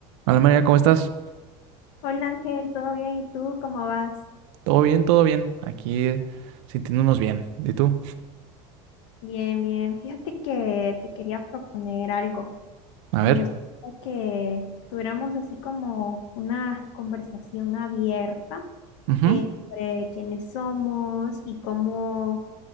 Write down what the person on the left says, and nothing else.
Hola Ángel, ¿todo bien? ¿Y tú cómo vas?
Bien, bien. Fíjate que te quería proponer algo.
Me gustaría que tuviéramos así como una conversación abierta
eh, sobre quiénes somos y cómo